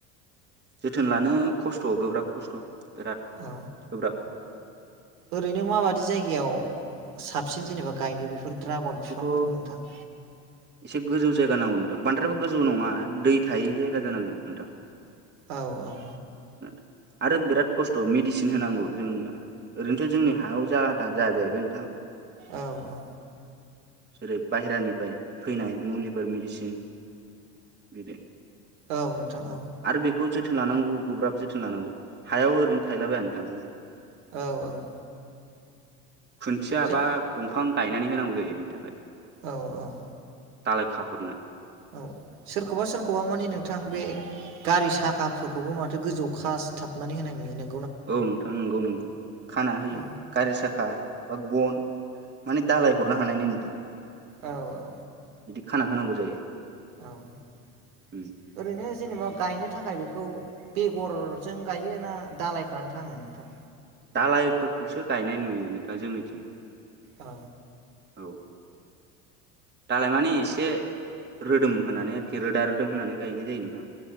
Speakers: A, on the right (about 25°); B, on the right (about 80°).
A: जोथोन लानो खस्थ' गोब्राब खस्थ' बिराद
B: औ
A: गोब्राब
B: ओरैनो माबादि जायगायाव साबसिन जेनेबा गायनो बे बेफोर ड्रागन
A: बेखौथ'
B: बिफांफोरखौ नोंथां
A: एसे गोजौ जायगा नांगौ नोंथां बांद्रायो गोजौ नङा दै थायै जायगा जानांगोन नोंथां
B: औ औ
A: <inaudible> आरो बिराद खस्थ' मेडिसिन होनांगौ जोंना ओरैनोथ' जोंनि हायाव जालाथा जाया जाहैबाय नोंथां
B: औ औ
A: जेरै बाहेरानिफ्राय फैनाय मुलिफोर मेडिसिन बिदि
B: औ नोंथां औ
A: आरो बेखौ जोथोन लानांगौ गोब्राब जोथोन लानांगौ हायाव ओरैनो थायलाबायानो थांयो
B: औ औ
A: खुन्थिया
B: जे
A: बा दंफां गायनानै होनांगौ जायो बिनि थाखाय
B: औ औ
A: दालाय खाहरनो
B: औ सोरखौबा सोरखौबा माने नोंथां बे गारि साखाफोरखौबो माथो गोजौखा सिथाबनानै होनाय नुयो
A: औ नोंथां नंगौ नंगौ खाना होयो
B: औ
A: गारि साखा बा गन माने दालाय हरनो हानायनि नोंथां
B: औ औ
A: बिदि खाना होनांगौ जायो
B: औ
A: उम
B: ओरैनो जेनेबा गायनो थाखाय बेखौ बेगरजों गायो ना दालायफ्रानो थाङो नोंथां
A: दालायफोरखौसो गायनाय नुयो नोंथां जोंनिथिं
B: औ
A: औ दालाय मानि एसे रोदोम होनानै आरखि रोदा रोदोम होनानै गायनाय जायो नोंथाङा